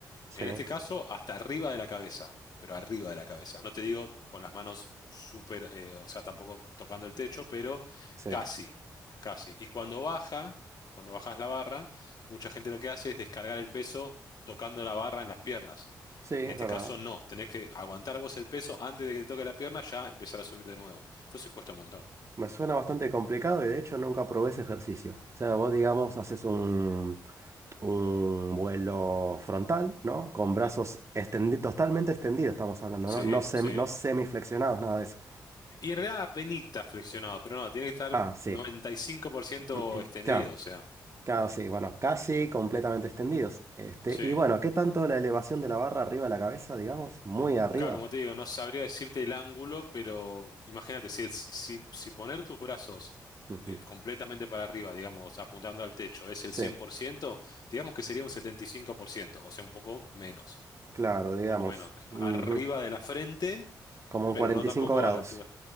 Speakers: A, on the right; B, on the left.
A: Sí,
B: En este caso, hasta arriba de la cabeza, pero arriba de la cabeza. No te digo con las manos súper, eh, o sea, tampoco tocando el techo, pero
A: sí,
B: casi, casi. Y cuando baja, cuando bajas la barra, mucha gente lo que hace es descargar el peso tocando la barra en las piernas.
A: sí, es
B: En este
A: verdad.
B: caso, no. Tenés que aguantar vos el peso antes de que te toque la pierna, ya empezar a subir de nuevo. Entonces cuesta un montón.
A: Me suena bastante complicado y de hecho nunca probé ese ejercicio. O sea, vos digamos, haces un, un vuelo frontal, ¿no? Con brazos
B: Ujú.
A: extendi- totalmente extendidos, estamos hablando,
B: Sí,
A: ¿no? No, semi-
B: sí.
A: no semiflexionados, nada de eso.
B: Y en realidad apenita flexionado, pero no, tiene que estar
A: Ah, sí.
B: 95%
A: <clears throat>
B: extendido,
A: Claro.
B: o sea.
A: casi bueno, casi completamente extendidos. Este,
B: Sí.
A: y bueno, ¿qué tanto la elevación de la barra arriba de la cabeza, digamos? Muy arriba.
B: Claro, como te digo, no sabría decirte el ángulo, pero imagínate, si, si, si- si poner tus brazos
A: Ujú.
B: eh, completamente para arriba, digamos, apuntando al techo, es el
A: Sí,
B: cien por ciento digamos que sería un setenta y cinco por ciento o sea, un poco menos,
A: claro, digamos.
B: un poco menos.
A: ujú,
B: Arriba de la frente,
A: Como un
B: pero
A: 45
B: no tampoco
A: grados.
B: a la altura.